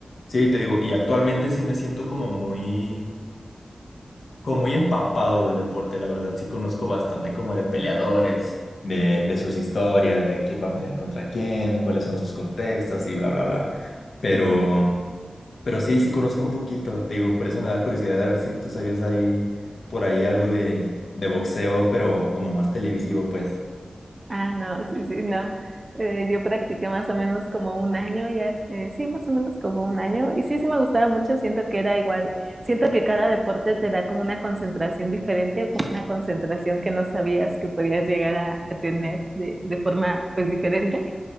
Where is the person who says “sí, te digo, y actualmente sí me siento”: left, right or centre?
Left